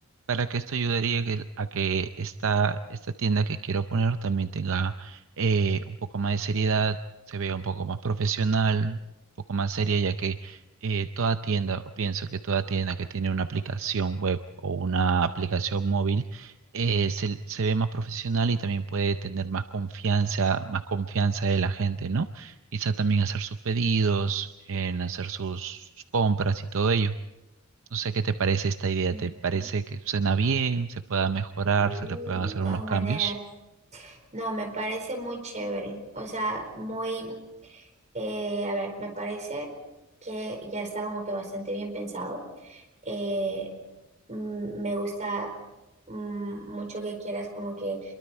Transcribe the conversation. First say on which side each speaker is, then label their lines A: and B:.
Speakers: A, on the right; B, on the right.
A: para que esto ayudaría que- a que esta, esta tienda que quiero poner también tenga eh, un poco más de seriedad, se vea un poco más profesional, un poco más seria, ya que eh, toda tienda, o pienso que toda tienda que tiene una aplicación web o una aplicación móvil, eh, se, se ve más profesional y también puede tener más confianza, más confianza de la gente, ¿no? quizá también hacer sus pedidos, en hacer sus sus compras y todo ello. No sé qué te parece esta idea,
B: mm.
A: ¿te parece que suena bien, se pueda mejorar,
B: Sí,
A: se le puedan
B: de
A: hacer
B: todas
A: unos
B: maneras.
A: cambios?
B: No, me parece muy chévere. O sea, muy, eh, a ver, me parece que ya está como que bastante bien pensado. Eh, mm, me gusta mm, mucho que quieras como que